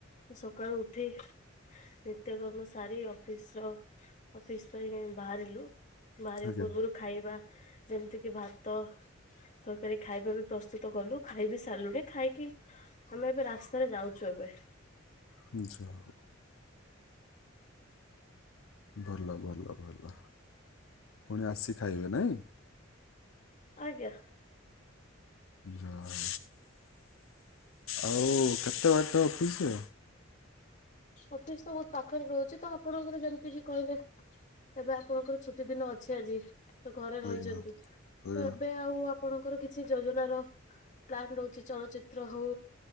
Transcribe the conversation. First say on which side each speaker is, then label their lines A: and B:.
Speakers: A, on the left (about 40°); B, on the left (about 85°).
A: ସକାଳୁ ଉଠେ। ନିତ୍ୟକର୍ମ ସାରି ଅଫିସ୍ ର ଅଫିସ୍ ପାଇଁ ବାହାରିଲୁ। ବାହାରିବା
B: ଆଜ୍ଞା
A: ପୂର୍ବରୁ ଖାଇବା ଯେମିତି କିି ଭାତ। ତରକାରୀ ଖାଇବା ବି ପ୍ରସ୍ତୁତ କଲୁ ଖାଇ ବିି ସାରିଲୁଣିି ଖାଇକି ଆମେ ଏବେ ରାସ୍ତାରେ ଯାଉଛୁ ଏବେ।
B: ଯାହୋଉ। ଭଲ ଭଲ ଭଲ ପୁଣି ଆସିକି ଖାଇବେ ନାଇଁ।
A: ଆଜ୍ଞା
B: ଯା ହୋଉ। ଆଉ କେତେ ବାଟ ଅଫିସ?
A: ଅଫିସ ତ ବହୁତ ପାଖରେ ରହୁଛି ତ ଆପଣଙ୍କର ଯେମିତି ବି କହିଲେ। ଏବେ ଆପଣଙ୍କର ଛୁଟି ଦିନ ଅଛି ଆଜି ତ ଘରେ ରହିଯାନ୍ତୁ
B: ଆଜ୍ଞା। ଆଜ୍ଞା
A: ତ ଏବେ ଆଉ ଆପ ଆପଣଙ୍କର କିଛି ଯୋଜନାର ପ୍ଲାନ ରହୁଛି ଚଳଚିତ୍ର ହଉ